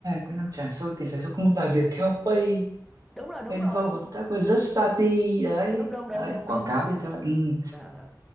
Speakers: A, on the right; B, in the centre.
A: cái năm trả sâu tiền trả sâu có một bài Viettel Pay
B: đúng rồi đúng
A: Envo
B: rồi đúng
A: hợp tác với Justati đấy
B: đúng đúng đúng
A: đấy
B: đúng
A: quảng
B: đúng
A: cáo
B: đó.
A: Viettel Pay. ừ.
B: Ờ, ờ, ờ.